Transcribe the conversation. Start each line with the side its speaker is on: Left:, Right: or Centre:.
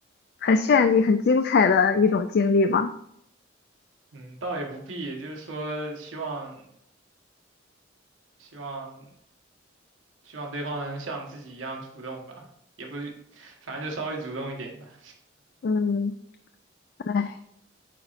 Left: 很绚丽、很精彩的一种经历吧。
Right: 嗯，倒也不必，就是说希望希望希望对方能像自己一样主动吧，也不，反正就稍微主动一点吧。
Left: 嗯，哎，